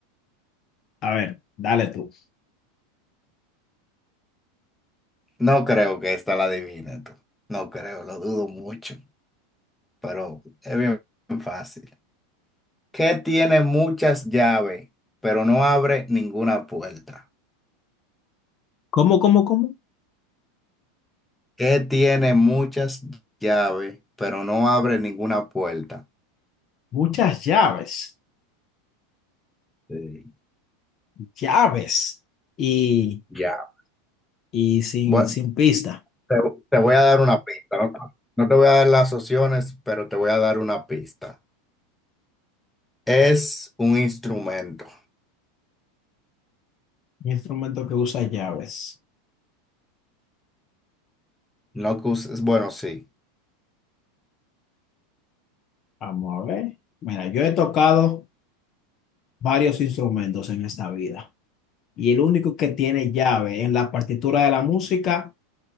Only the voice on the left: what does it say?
A ver, dale tú.
¿Cómo, cómo, cómo?
Muchas llaves,
llaves y,
y sin,
sin pista.
Un instrumento que usa llaves.
Vamos a ver. Mira, yo he tocado varios instrumentos en esta vida y el único que tiene llave en la partitura de la música